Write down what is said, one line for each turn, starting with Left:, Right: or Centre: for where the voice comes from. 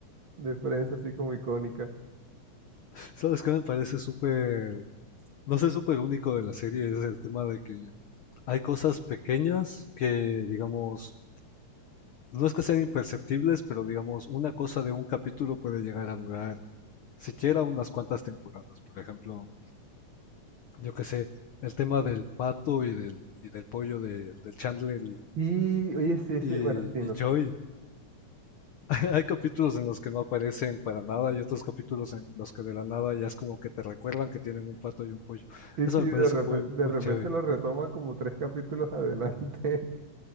Right: de Friends, así como icónica.
Left: <laughs> ¿Sabes qué me parece súper, no sé, súper único de la serie? Es el tema de que hay cosas pequeñas que, digamos, no es que sean imperceptibles, pero digamos, una cosa de un capítulo puede llegar a durar siquiera unas cuantas temporadas. Por ejemplo, yo qué sé, el tema del pato y del, y del pollo de- del Chandler y,
Right: Y, oye, sí, sí,
Left: y,
Right: bueno, sí,
Left: y
Right: no son-
Left: Joey. <laughs> Hay capítulos en los que no aparecen para nada y otros capítulos en los que de la nada ya es como que te recuerdan que tienen un pato y un pollo.
Right: Sí,
Left: Eso
Right: sí,
Left: me
Right: de
Left: parece
Right: repente,
Left: full,
Right: de
Left: full
Right: repente
Left: chévere.
Right: lo retoman como tres capítulos adelante. <laughs>